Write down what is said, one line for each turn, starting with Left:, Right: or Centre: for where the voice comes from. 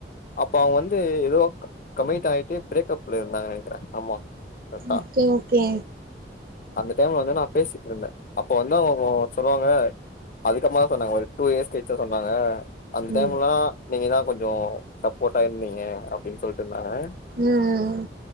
Left: அப்ப அவுங்க வந்து ஏதோ கமிட் ஆகிட்டு பிரேக்ப்ல இருந்தாங்கு நெனக்குறே ஆமா கரெக்டா
Right: ஓகே ஓகே
Left: அந்த டைம்ல வந்து நா பேசிட்டு இருந்தே அப்ப வந்து அவுங்க சொல்லுவாங்க அதுக்கமா தா சொன்னாங்க ஒரு டூ இயர்ஸ் கழிச்சி சொன்னாங்க அந்த டைம்
Right: ம்
Left: எல்லா நீங்க என்னா கொஞ்சோ சப்போட்டா இருந்தீங்க அப்டின்னு சொல்லிட்டு
Right: ம்